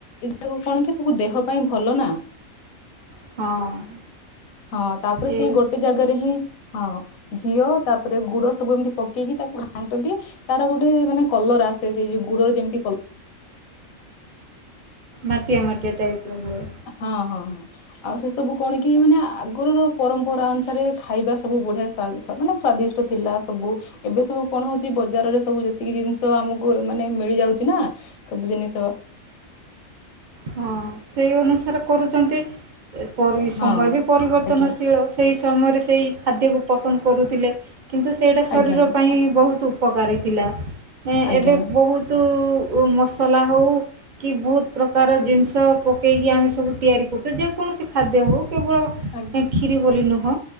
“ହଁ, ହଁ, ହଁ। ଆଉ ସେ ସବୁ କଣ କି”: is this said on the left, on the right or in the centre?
Left